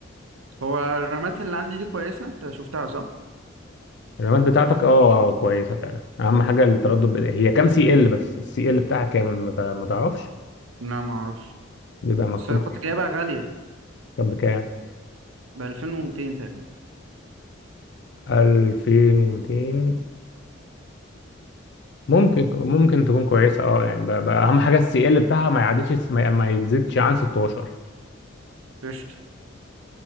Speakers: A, on the right; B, on the left.
A: هو الرامات اللي عندي دي كويسه انت شفتها صح
B: الرامات بتاعتك اه كويسه فعلا اهم حاجه التردد ب- هي كام سي ال بس السي ال بتاعها كام ما تع- ما تعرفش
A: لا ما اعرفش
B: بيبقى مكتوب
A: بس أنا
B: عليها
A: كنت جايبها غاليه
B: كام بكام
A: ب 2200 تقريبا
B: 2200 ممكن ممكن تكون كويسه اه يعني بقى بقى اهم حاجه السي ال بتاعها ما يعديش ما ما يزيدش عن 16
A: قشطه